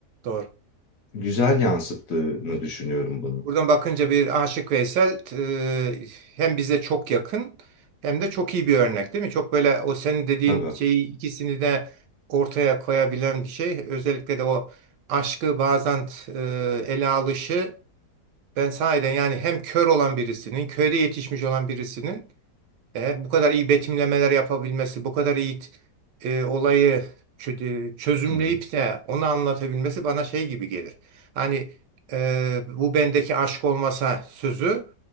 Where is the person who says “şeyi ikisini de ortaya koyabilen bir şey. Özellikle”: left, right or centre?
Right